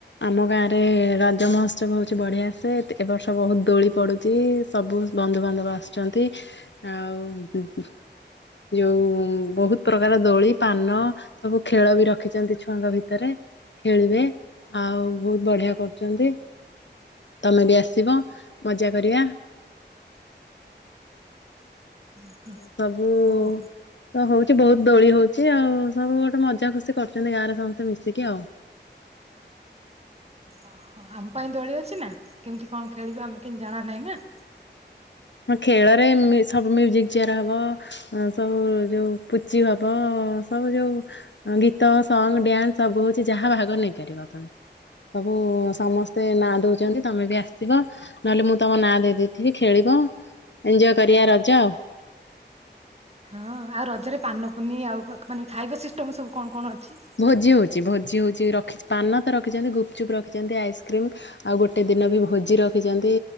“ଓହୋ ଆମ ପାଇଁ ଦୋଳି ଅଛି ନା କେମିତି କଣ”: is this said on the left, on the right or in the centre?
Right